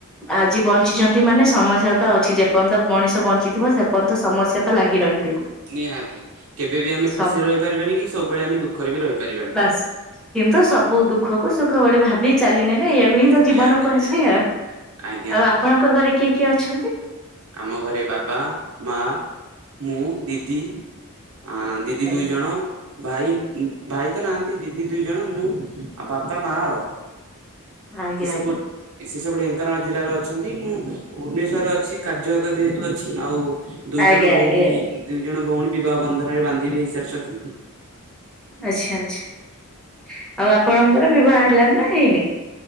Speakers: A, in the centre; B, on the right.
A: ଆଜି ବଞ୍ଚିଛନ୍ତି ମାନେ ସମସ୍ୟା ତ ଅଛି, ଯେପର୍ଯ୍ୟନ୍ତ ମଣିଷ ବଞ୍ଚିଥିବ ସେ ସେପର୍ଯ୍ୟନ୍ତ ସମସ୍ୟା ତ ଲାଗି ରହିଥିବ।
B: ନିହାତି। କେବେ ବି ଆମେ
A: ସବୁ
B: ଖୁସିରେ ରହିପାରିବାନି କି, ସବୁବେଳେ ଆମେ ଦୁଃଖରେ ବି ରହିପାରିବାନି।
A: ବାସ୍ କିନ୍ତୁ ସବୁ ଦୁଃଖକୁ ସୁଖ ବୋଲି ଭାବି ଚାଲି ନେଲେ, ଏୟାକୁ ହିଁ ତ
B: ନିହାତି
A: ଜୀବନ କୁହାଯାଏ
B: ନିହାତି।
A: ଆଉ।
B: ଆଜ୍ଞା
A: ଆଉ ଆପଣଙ୍କ ଘରେ କିଏ କିଏ ଅଛନ୍ତି?
B: ଆମ ଘରେ ବାବା, ମା, ମୁଁ, ଦିଦି, ଆଁ ଦିଦି
A: ଆଜ୍ଞା
B: ଦୁଇଜଣ, ଭାଇ ଉମ୍ ଭାଇ ତ ନାହାଁନ୍ତି ଦିଦି ଦୁଇଜଣ, ମୁଁ ଆଉ ବାପା, ମା ଆଉ।
A: ଆଜ୍ଞା। ଆଜ୍ଞା
B: କି ସବୁ ଇସି ସବୁ ଢେଙ୍କାନାଳ ଜିଲ୍ଲାରେ ଅଛନ୍ତି, ମୁଁ ଭୁବନେଶ୍ୱରରେ ଅଛି କାର୍ଯ୍ୟରତ ଯେହେତୁ ଅଛି, ଆଉ
A: ଆଜ୍ଞା
B: ଦୁଇଜଣ ଭଉଣୀ
A: ଆଜ୍ଞା। ଆଜ୍ଞା।
B: ଦୁଇଜଣ ଭଉଣୀ ବିବାହ ବନ୍ଧନରେ ବାନ୍ଧି ବି ହେଇସାରିଛନ୍ତି।
A: ଆଚ୍ଛା ଆଚ୍ଛା। ଆଉ ଆପଣଙ୍କର ବିବାହ ହେଲାଣି ନା ହେଇନି?